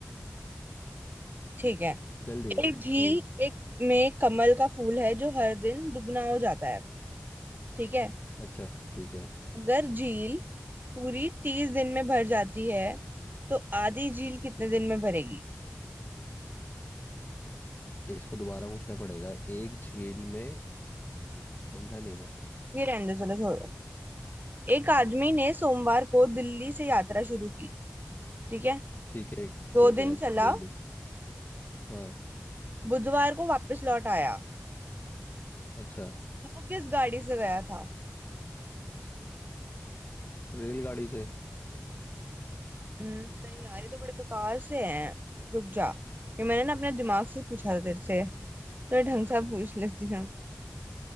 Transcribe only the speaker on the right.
ठीक है
एक झील एक में कमल का फूल है जो हर दिन दुगना हो जाता है ठीक है
अगर झील पूरी तीस दिन में भर जाती है तो आधी झील कितने दिन में भरेगी
ये रहने दो चलो छोड़ो एक आदमी ने सोमवार को दिल्ली से यात्रा शुरू की ठीक है
दो
दिन चला
बुधवार को वापस लौट आया
तो वो किस गाड़ी से गया था
हम्म, नहीं यार ये तो बड़े बेकार से हैं रुक जा ये मैंने ना अपने दिमाग से पूछा था तेरे से तो ढंग से पूछ लेती हूँ